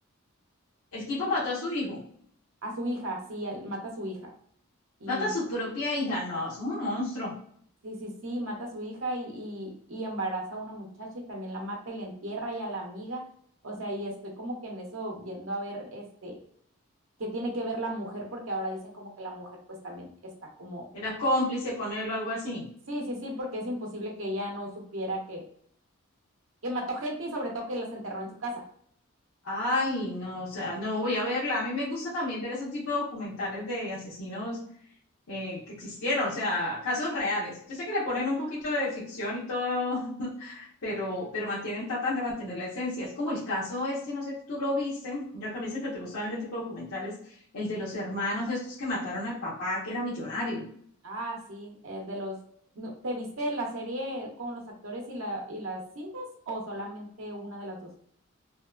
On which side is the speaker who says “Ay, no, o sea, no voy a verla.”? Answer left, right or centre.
Left